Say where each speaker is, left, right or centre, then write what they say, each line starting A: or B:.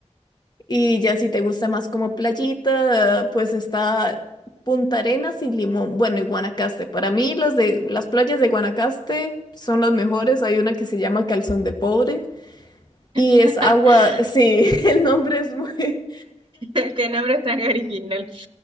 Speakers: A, on the left; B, on the right.
A: Y ya si te gusta más como playita, pues está Punta Arenas y Limón. Bueno, y Guanacaste. Para mí las de las playas de Guanacaste son las mejores. Hay una que se llama Calzón de Pobre. Y
B: <laughs>
A: es agua, <laughs> sí, el nombre es muy,
B: Qué qué nombre tan original.